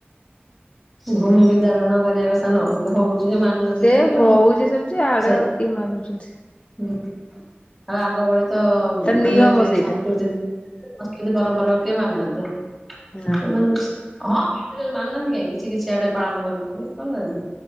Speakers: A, in the centre; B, on the left (about 25°).
A: ଭୂମି ବିଦାରଣ କରିବା କଥା ନୁହଁ। ସେ ତ ହଉ ଚି ସେ ମାନୁନାହାନ୍ତି
B: ସେ
A: କେଇ
B: ହଉଛି
A: ଆଉ।
B: ସେମିତି ଆଡେ
A: ସେ
B: ଆଉ କିଏ ମାନୁଛନ୍ତି।
A: ହୁଁ ଆଉ ଆଗ ଭଳି ତ
B: ତା
A: ମାନେ
B: ନିୟମ
A: କେଇ
B: ସେଇଟା
A: ସଂସ୍କୃତି ସଂସ୍କୃତି ପରମ୍ପରା କିଏ ମାନୁନାହାନ୍ତି ଆଉ।
B: ହଁ
A: ସେମାନେ ସି <inaudible> ମାନୁନାହାନ୍ତି କାଇଁ, କିଛି କିଛି ଆଡେ ପାଳନ କରୁଛନ୍ତି। କରୁନାହାନ୍ତି?